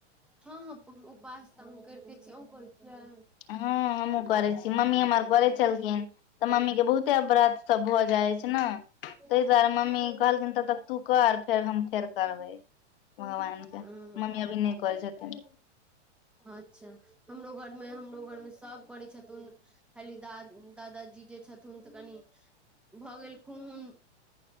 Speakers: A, in the centre; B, on the left.
A: हँ, हँ, उपास तऽ हम करिते छिये आ करियै?
B: हँ, हमहुँ करे छै मम्मी हमर करे छलखिन तऽ मम्मीके बहुते अपराध। सभ भऽ जाय छै, ने ताहि
A: छियै
B: दुआरे मम्मी कहलखिन तब तक तू कर फेर हम फेर करबै भगवानके
A: ह
B: मम्मी अभी नहि करै छथिन।
A: अच्छा हमरो घरमे हमरो घरमे सभ करै छथुन खाली दादाजी। जे छ्ट। न तऽ कनि भऽ गेलखु हुन